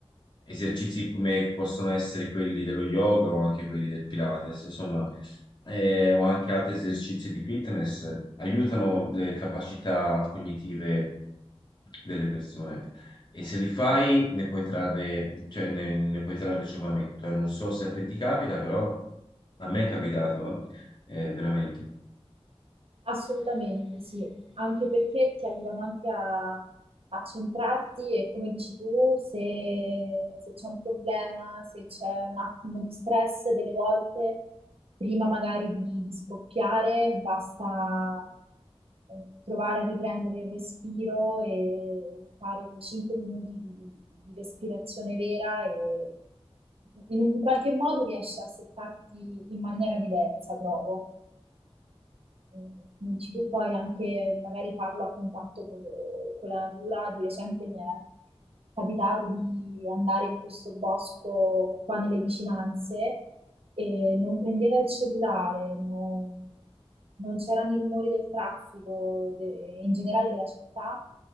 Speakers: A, on the left; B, on the right.
A: esercizi come possono essere quelli dello yoga o anche quelli del Pilates, insomma, eh, o anche altri esercizi di fitness, aiutano le capacità cognitive delle persone. E se li fai, ne puoi trarre, cioè, ne, ne puoi trarre giovamento. eh. Non so se a te ti capita, però a me è capitato. eh. Eh, veramente.
B: Assolutamente sì, anche perché ti aiutano anche a, a centrarti e come dici tu, se, se c'è un problema, se c'è un attimo di stress, delle volte, prima magari di, di scoppiare, basta eh, provare a riprendere il respiro e fare quei 5 minuti di, di respirazione vera e in, in qualche modo riesci a settarti in maniera diversa, trovo eh, come dici tu, poi anche magari farlo a contatto con, con la natura. Di recente mi è capitato di andare in questo bosco qua nelle vicinanze e non prendeva il cellulare, non, non c'erano i rumori del traffico, de- in generale della città.